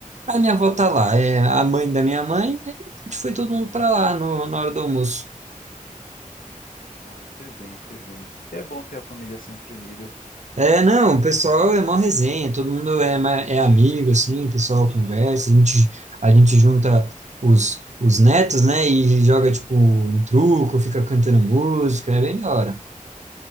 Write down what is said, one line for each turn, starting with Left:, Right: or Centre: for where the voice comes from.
Right: Aí minha avó tá lá, é a mãe da minha mãe, aí a gente foi todo mundo para lá no, na hora do almoço.
Left: Ah, fez bem, fez bem. É bom ter a família sempre unida.
Right: É, não, o pessoal é mó resenha, todo mundo é, ma- é amigo, assim, o pessoal conversa, a gente, a gente junta os, os netos, né, e joga, tipo, um truco, fica cantando música, é bem da hora.